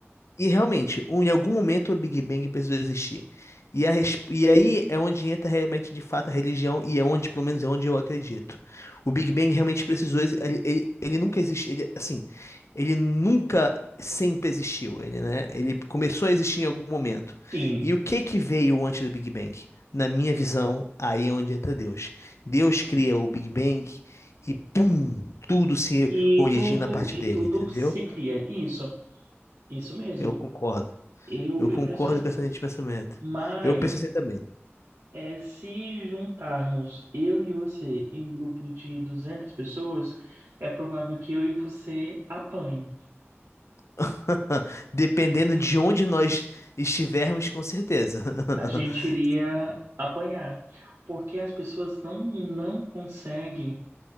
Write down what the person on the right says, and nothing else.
Sim.
E
tudo,
e
tudo
se cria. Isso, isso mesmo.
Eu,
eu
penso assim.
Mas
é, se juntarmos eu e você em um grupo de 200 pessoas, é provável que eu e você apanhem.
A gente iria apanhar. Porque as pessoas não, não conseguem.